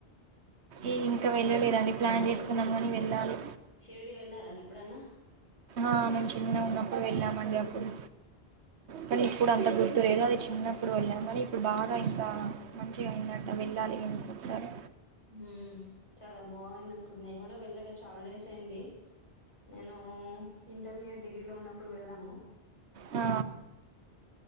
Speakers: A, on the right; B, on the left.
A: ఏ ఇంకా వెళ్ళలేదండి ప్లాన్ చేస్తున్నాము కాని వెళ్ళాలి
B: శిర్డి వెళ్ళారాన్నడి ఎప్పుడన్నా
A: ఆ మంచి చిన్న ఉన్నా ప్పు వెళ్ళామండి అప్పుడు కానీ ఇ కూడా అంత గుర్తులేదు అది చిన్న ఇప్పుడు వెళ్ళం. కాని ఇప్పుడు బాగా ఆ మంచిగాందని ఇలా వెళ్ళాలి. అని కూర్చోలి.
B: ఉ చాలా బాగుంది అనుకుంటుంది. నేను కూడా వెళ్ళగా చాలా డేస్ అయింది. నేను ఇంటర్మీడియేట్. డిగ్రీలో ఉన్నప్పుడు వెళ్ళాము.
A: ఆ